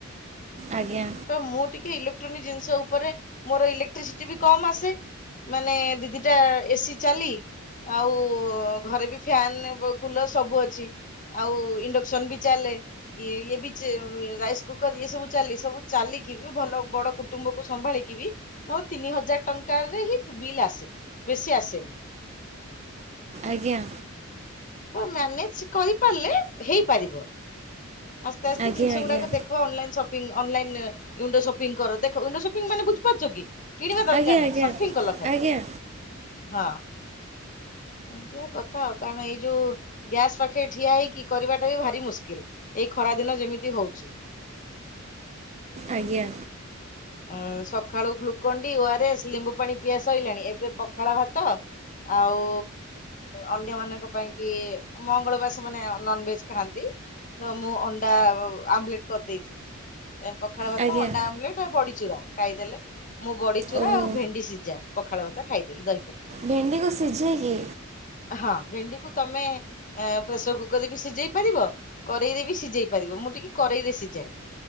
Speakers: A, on the right (about 30°); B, on the left (about 40°).
A: ଆଜ୍ଞା।
B: ତ ମୁଁ ଟିକେ ଇଲେକ୍ଟ୍ରୋନିକ ଜିନିଷ ଉପରେ ମୋର ଇଲେକ୍ଟ୍ରିସିଟି ବି କମ ଆସେ। ମାନେ ଦିଦିଟା ଏସିି ଚାଲି ଆଉ ଘରେ ବି ଫ୍ୟାନ କୁଲର ସବୁ ଅଛି। ଆଉ ଇଣ୍ଡକ୍ସନ ବି ଚାଲେ। ଇ ଇଏ ବି ରାଇସ୍ କୁକର ଇଏ ସବୁ ଚାଲେ ସବୁ ଚାଲିକି ବି ଭଲ ବଡ କୁଟୁମ୍ବ କୁ ସମ୍ଭାଳିକି ବି ମୋର ତିନି ହଜାରେ ଟଙ୍କାରେ ହିଁ ବିଲ୍ ଆସେ ବେଶୀ ଆସେନି।
A: ଆଜ୍ଞା।
B: ତ ମ୍ୟାନେଜ କରିପାରିଲେ ହେଇପାରିବ। ଆସ୍ତେ ଆସ୍ତେ
A: ଆଜ୍ଞା
B: ଜିନିଷ ଗୁଡାକ ଦେଖ online shop online window shopping କର ଦେଖ ଉଇଣ୍ଡୋସପିଙ୍ଗ ବୁଝିପାରୁଛ କି? କିଣିବା ଦରକାର
A: ଆଜ୍ଞା ଆଜ୍ଞା ଆଜ୍ଞା
B: ନାହିଁ ସରଫିଙ୍ଗ କଲ ଖାଲି।
A: ଆଜ୍ଞା
B: ହଁ ଏମିତିଆ କଥା ଆଉ କାରଣ ଏଇ ଯୋଉ ଗ୍ୟାସ୍ ପାଖେ ଠିଆ ହେଇକି କରିବାଟା ବି ଭାରି ମୁସ୍କିଲ ଏଇ ଖରା ଦିନ ଯେମିତି ହୋଉଛି।
A: ଆଜ୍ଞା।
B: ଆ ସକାଳୁ Glucon D O R S ଲେମ୍ବୁ ପାଣି ପିଆ ସଇିଲାଣି ଏବେ ପଖାଳ ଭାତ। ଆଉ ଅନ୍ୟମାନଙ୍କ ପାଇଁ କି ମଙ୍ଗଳବାର ସେମାନେ ନନଭେଜ ଖାଆନ୍ତି, ତ ମୁଁ ଅଣ୍ଡା ଆମଲେଟ କରିଦେଇଥିଲି। ସେ ପଖାଳ ଭାତ
A: ଆଜ୍ଞା
B: ଅଣ୍ଡା ଆମ୍ଲେଟ ଆଉ ବଡିଚୁରା ଖାଇଦେଲେ, ମୁଁ ବଡିଚୁରା
A: ଓହୋ
B: ଆଉ ଭେଣ୍ଡି ସିଝା। ପଖାଳ ଭାତ ଖାଇଦେଲି ଦହି ପକେଇକି।
A: ଭେଣ୍ଡିକୁ ସିଝେଇ କିି?
B: ହଁ ଭେଣ୍ଡିକୁ ତମେ ପ୍ରେସର କୁକରରେ ବି ସିଝେଇ ପାରିବ କରେଇରେ ବି ସିଝେଇ ପାରିବ ମୁଁ ଟିକେ କରେଇରେ ସିଝାଏ।